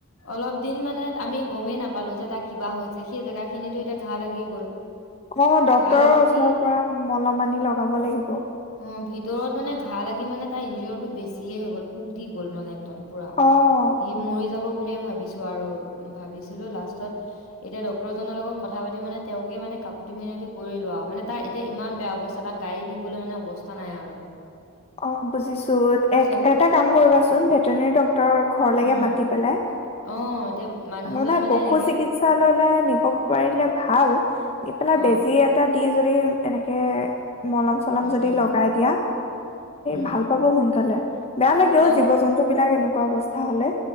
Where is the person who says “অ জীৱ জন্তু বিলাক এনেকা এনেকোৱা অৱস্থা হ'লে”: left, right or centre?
Left